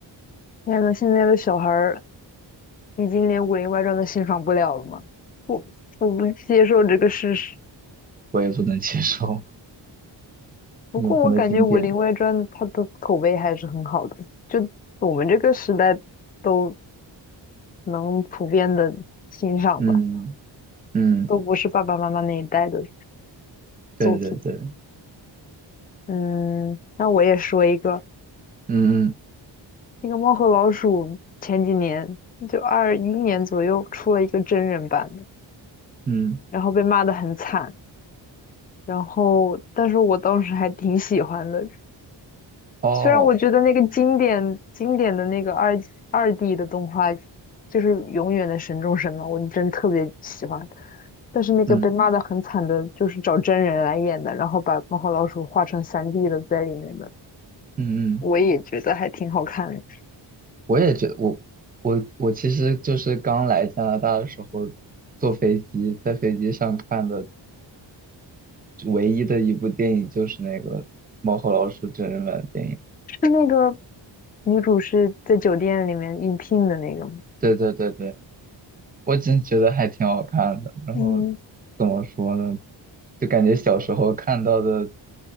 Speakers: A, on the left; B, on the right.
A: 天呐，现在的小孩儿已经连《武林外传》都欣赏不了了吗？我我不接受这个事实。
B: 我也不能接受 <laughs>
A: 不过我感觉《武林外传》它的口碑还是很好的，
B: 永恒的经典。
A: 就我们这个时代都能普遍的欣赏吧，
B: 嗯嗯，
A: 都不是爸爸妈妈那一代的
B: 对对对，
A: 作品。嗯，那我也说一个，
B: 嗯嗯
A: 那个《猫和老鼠》前几年就二一年左右出了一个真人版的，
B: 嗯，
A: 然后被骂得很惨。然后，但是我当时还挺喜欢的，
B: 哦，
A: 虽然我觉得那个经典经典的那个二二 D 的动画，就是永远的神中神嘛，我真特别喜欢。但是那个被骂的很惨的，
B: 嗯
A: 就是找真人来演的，然后把猫和老鼠画成三 d 的在里面的，
B: 嗯嗯。
A: 我也觉得还挺好看的。
B: 我也觉得我我我其实就是刚来加拿大的时候，坐飞机在飞机上看的唯一的一部电影就是那个《猫和老鼠》真人版电影。
A: 是那个女主是在酒店里面应聘的那个吗？
B: 对对对对，我真觉得还挺好看的。然后
A: 嗯，
B: 怎么说呢，就感觉小时候看到的